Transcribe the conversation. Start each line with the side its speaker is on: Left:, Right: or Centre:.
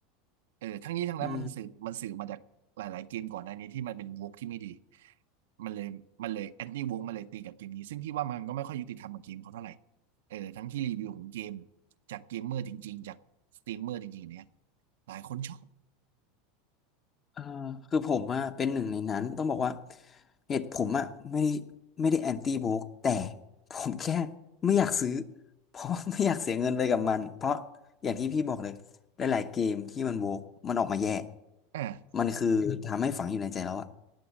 Right: เออทั้งนี้ทั้งนั้นมันสื่อมันสื่อมาจากหลายๆเกมก่อนหน้านี้ที่มันเป็นวอล์กที่ไม่ดี
Left: อืม
Right: มันเลยมันเลยแอนตี้วอล์กมันเลยตีกับเกมนี้ซึ่งพี่ว่ามันก็ไม่ค่อยยุติธรรมกับเกมเขาเท่าไหร่เออทั้งที่รีวิวของเกมจากเกมเมอร์จริงๆ จากสตรีมเมอร์จริงๆเนี้ยหลายคนชอบ
Left: เออคือผมอะเป็นหนึ่งในนั้นต้องบอกว่าเหตุผมอะไม่ได้ไม่ได้แอนตี้โบกแต่ผมแค่ไม่อยากซื้อเพราะว่าไม่อยากเสียเงินไปกับมันเพราะอย่างที่พี่บอกเลยหลายๆเกมที่มันโบกมันออกมาแย่
Right: อ่า
Left: มันคือทำให้ฝังอยู่ในใจแล้วอะ